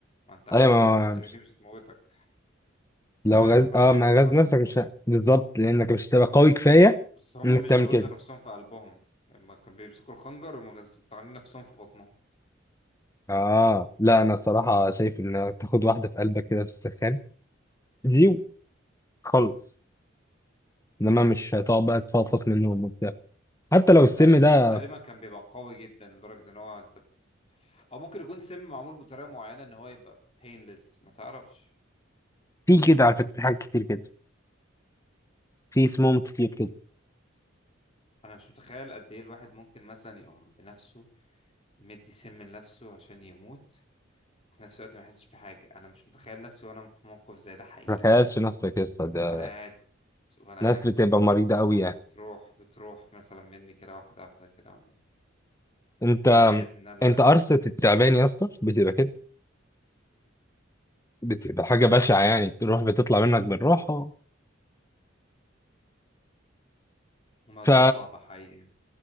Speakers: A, on the left; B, on the left.
A: ما انت غزت
B: ايوه ما
A: نفسك
B: مش-
A: دي مش هتموتك
B: لو
A: آه،
B: غاز
A: هتقعد
B: اه
A: تنزف
B: ما غاز
A: لحد
B: نفسك
A: ما تموت
B: مش ه- بالظبط لانك مش هتبقى قوي كفايه
A: بس, بس هم
B: انك
A: مش
B: تعمل
A: بيغزوا
B: كده
A: نفسهم في قلبهم هم كانوا بيمسكوا الخنجر ومطعنين نفسهم في بطنهم
B: اه لا انا الصراحه شايف ان تاخد واحده في قلبك كده في السخان دي وتخلص انما مش هتقعد بقى تفضفض منهم وبتاع حتى لو السم
A: لا السم
B: ده
A: تقريبا كان بيبقى قوي جدا لدرجة ان هو انت او ممكن يكون سم معمول بطريقة معينة ان هو يبقى painless ما تعرفش
B: في كده على فكرة في حاجات كتير كده في سموم كتير كده
A: انا مش متخيل قد ايه الواحد ممكن مثلا يقوم بنفسه مدي سم لنفسه عشان يموت في نفس الوقت ما يحسش بحاجة أنا مش متخيل نفسي وأنا في موقف زي ده حقيقي
B: ما تخيلش
A: مثلا
B: نفسك يا اسطى ده
A: وأنا قاعد وأنا
B: ناس
A: قاعد
B: بتبقى مريضة
A: الروح
B: قوي يعني
A: بتروح بتروح مثلا مني كده واحدة واحدة كده وأنا
B: انت
A: أنا عارف إن أنا اللي
B: انت
A: عامل
B: قرصة
A: ده
B: التعبان يا اسطى بتبقى كده بتبقى حاجة بشعة يعني تروح بتطلع منك بالراحة
A: الموضوع
B: ف...
A: صعب حقيقي